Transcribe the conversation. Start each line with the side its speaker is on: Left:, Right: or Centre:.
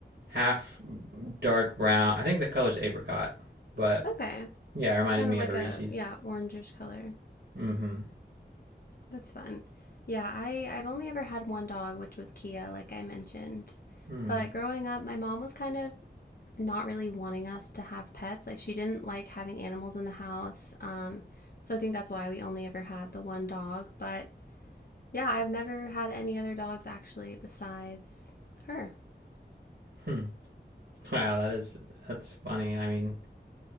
Right: half dark brown. I think the color's apricot, but
Left: Okay.
Right: yeah, it reminded
Left: So kind
Right: me
Left: of like
Right: of a Reese's.
Left: a yeah, orangish color.
Right: Mm-hmm.
Left: That's fun. Yeah, I, I've only ever had one dog, which was Kia, like I mentioned.
Right: Mm.
Left: But growing up, my mom was kind of not really wanting us to have pets. Like, she didn't like having animals in the house. Um, so I think that's why we only ever had the one dog. But yeah, I've never had any other dogs actually besides her.
Right: Hmm. <laughs> Wow, that is that's funny. I mean,